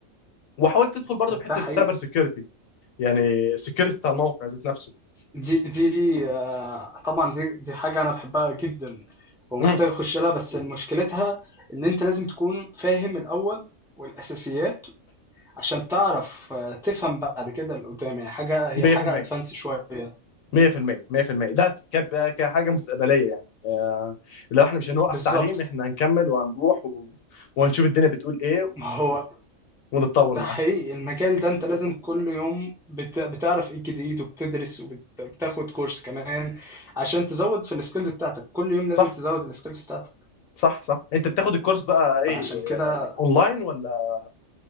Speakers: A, on the left; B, in the centre.
A: وحاول تدخل برضه في حته
B: ده حقيقي
A: سايبر سيكيورتي يعني سيكيورتي بتاع الموقع ذات نفسه
B: دي دي آه، طبعا دي دي حاجة أنا بحبها جدا ومحتاج
A: مم،
B: أخش لها بس مشكلتها إن أنت لازم تكون فاهم الأول والأساسيات عشان تعرف آه، تفهم بعد كده اللي قدام يعني حاجة هي
A: 100%
B: حاجة أدفانس شوية
A: 100% 100% ده ك- كحاجه مستقبليه يعني آه، لو احنا مش هنوقف
B: بالظبط
A: تعليم احنا هنكمل وهنروح و... وهنشوف الدنيا بتقول ايه
B: ما هو
A: ونتطور
B: ده
A: معاها
B: حقيقي المجال ده انت لازم كل يوم بت... بتعرف ايه جديد وبتدرس وبتاخد كورس كمان عشان تزود في السكيلز بتاعتك كل يوم لازم
A: صح
B: تزود السكيلز بتاعتك
A: صح صح انت بتاخد الكورس بقى
B: فعشان
A: ايه
B: كده
A: آه، اونلاين ولا